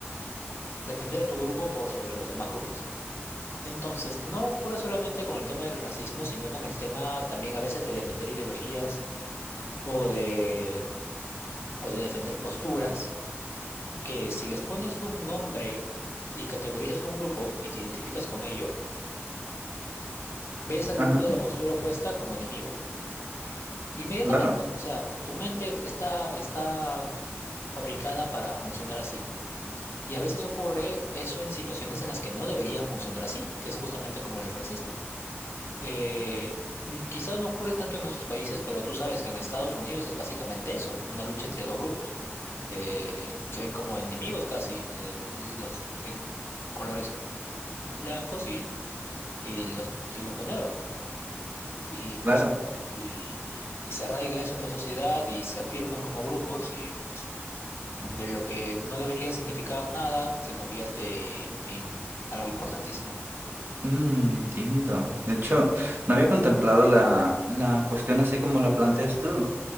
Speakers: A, on the left; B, on the right.
A: defender a tu grupo por sobre los demás grupos. Entonces, no ocurre solamente con el tema del racismo, sino con el tema también a veces de defender ideologías o de, o de defender posturas, que si les pones un nombre y categorizas un grupo y te identificas con ello, ves al
B: Ajá,
A: grupo de la postura opuesta como enemigo. Inmediatamente.
B: claro,
A: O sea, tu mente está, está fabricada para funcionar así. Y a veces ocurre eso en situaciones en las que no debería funcionar así, que es justamente como el racismo. Eh, mm, quizá no ocurre tanto en nuestros países, pero tú sabes que en Estados Unidos es básicamente eso, una lucha entre dos grupos. Eh, se ven como enemigos casi, eh, los de colores blancos y, y los, el grupo negro. Y pues,
B: claro.
A: y, y- y se arraiga eso en la sociedad y se afirman como grupos y pues de lo que no debería significar nada, se convierte en algo importantísimo.
B: Mm, entiendo. De hecho, no había contemplado la, la cuestión así como la planteas tú,